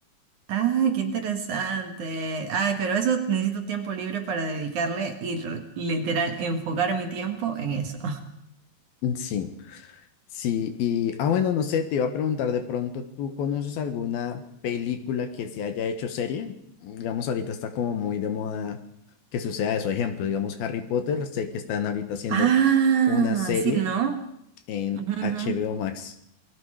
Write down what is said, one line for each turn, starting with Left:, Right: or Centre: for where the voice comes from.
Right: ay, qué interesante. Ay, pero eso necesito tiempo libre para dedicarle y r- literal enfocar mi tiempo en eso. <laughs>
Left: Sí, sí. Y, ah, bueno, no sé, te iba a preguntar de pronto, ¿tú conoces alguna película que se haya hecho serie? Digamos, ahorita está como muy de moda que suceda eso. Ejemplo, digamos, Harry Potter, sé que están ahorita haciendo
Right: Ah,
Left: una serie
Right: sí, ¿no?
Left: en
Right: Ujú,
Left: HBO Max.